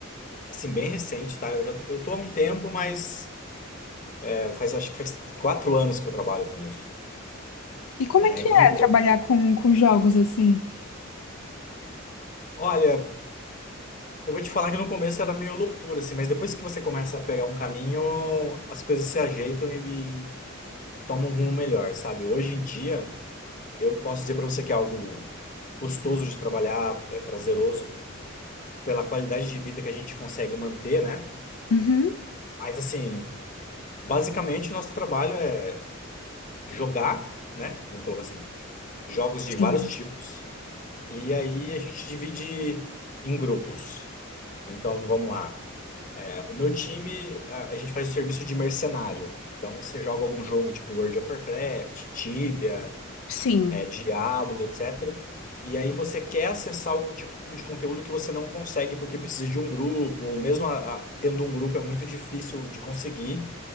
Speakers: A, on the left (about 40°); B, on the left (about 85°).
A: assim, bem recente, tá? Eu já, eu tô há um tempo, mas é, faz, acho que faz quatro anos que eu trabalho com isso,
B: E como
A: né?
B: é que
A: E,
B: é trabalhar com, com jogos assim?
A: olha, eu vou te falar que no começo era meio loucura, assim, mas depois que você começa a pegar um caminho, as coisas se ajeitam e, e tomam um rumo melhor, sabe? Hoje em dia, eu posso dizer pra você que é algo gostoso de trabalhar, é prazeroso pela qualidade de vida que a gente consegue manter, né?
B: Uhum,
A: Mas assim, basicamente nosso trabalho é jogar, né? Vamos colocar assim, jogos de
B: sim.
A: vários tipos. E aí a gente divide em grupos. Então vamos lá. É, o meu time, a, a gente faz o serviço de mercenário. Então você joga algum jogo tipo World of Warcraft, Tibia,
B: Sim.
A: é, Diablo, etc. E aí você quer acessar algum tipo de conteúdo que você não consegue porque precisa de um grupo, ou mesmo a- a- tendo um grupo é muito difícil de conseguir.